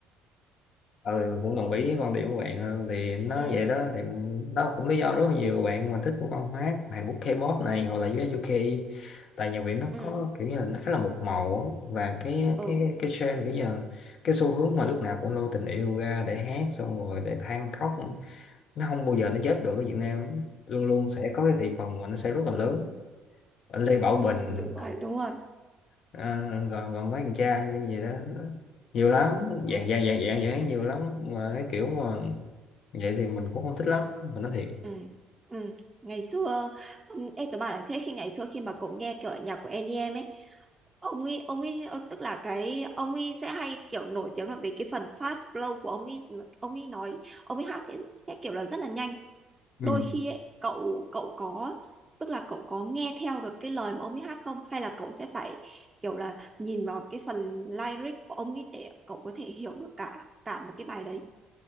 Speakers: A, on the left (about 60°); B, on the right (about 15°).
A: ừ cũng đồng ý với quan điểm của bạn hơn thì nó
B: ừ
A: vậy đó thì đó cũng lý do rất là nhiều bạn mà thích văn hóa Hàn Quốc K-pop này hoặc là US UK tại nhạc Việt nó
B: ừ
A: có kiểu như là nó khá là một màu á và cái
B: ừ
A: cái cái trend kiểu như là cái xu hướng mà lúc nào cũng lôi tình yêu ra để hát xong rồi để than khóc nó không bao giờ nó chết được ở Việt Nam luôn luôn sẽ có cái thị phần mà nó sẽ rất là lớn anh Lê Bảo Bình
B: đúng rồi đúng rồi
A: à, rồi, rồi mấy thằng cha như gì đó, đó nhiều lắm
B: ừ
A: dạng dạng dạng dạng dạng nhiều lắm mà cái kiểu mà vậy thì mình cũng không thích lắm mình nói thiệt
B: Ừ, ừ. Ngày xưa không, em tớ bảo là thế khi ngày xưa khi mà cậu nghe kiểu nhạc của EDM ấy ông ấy ông ấy ờ, tức là cái ông ấy sẽ hay kiểu nổi tiếng là về cái phần fast flow của ông ấy ông ấy nói ông ấy hát sẽ sẽ kiểu là rất là nhanh
A: Ừ.
B: đôi khi ấy cậu cậu có tức là cậu có nghe theo được cái lời mà ông ấy hát không hay là cậu sẽ phải kiểu là nhìn vào cái phần lyric của ông ấy để cậu có thể hiểu được cả cả một cái bài đấy